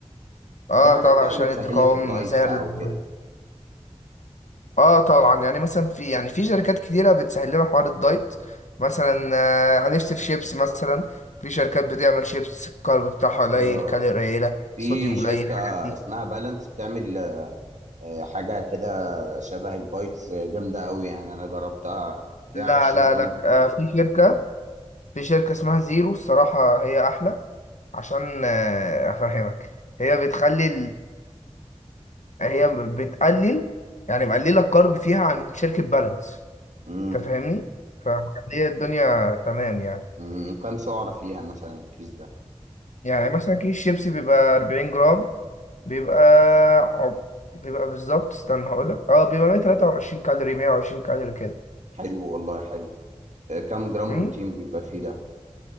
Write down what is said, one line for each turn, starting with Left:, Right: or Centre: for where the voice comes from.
Left: اه
Right: دي حاجات
Left: طبعا
Right: بقى
Left: عشان
Right: بتسهل
Left: يدي قوام
Right: لك الدايت
Left: زي
Right: بقى
Left: ال-
Right: وكده
Left: اه طبعا يعني مثلا في يعني في شركات كتيره بتسهل لنا حوار الدايت مثلا آه نفسي في شيبس مثلا في شركات بتعمل شيبس الكارب بتاعها قليل
Right: آه
Left: كالوري قليله
Right: في
Left: صوديوم
Right: شركة
Left: قليل الحاجات دي
Right: اسمها بالانس بتعمل آه، آه، حاجة كده شبه البايتس آه، جامدة قوي يعني انا جربتها فيها
Left: لا
Right: 20
Left: لا لا
Right: جرام بروتين
Left: آه، في شركة في شركة اسمها زيرو الصراحة هي أحلى عشان آه، أفهمك هي بتخلي ال... هي بتقلل يعني مقللة الكارب فيها عن شركة بالانس
Right: امم
Left: أنت فاهمني؟ فمخلية الدنيا تمام يعني
Right: أمم. كام سعرة فيها مثلا الكيس ده
Left: يعني مثلا كيس شيبسي بيبقى 40 جرام بيبقى عب... بيبقى بالظبط استنى هقولك اه بيبقى 123 كالوري 120 كالوري كده
Right: حلو والله حلو آه، كام جرام
Left: أمم؟
Right: بروتين بيبقى فيه ده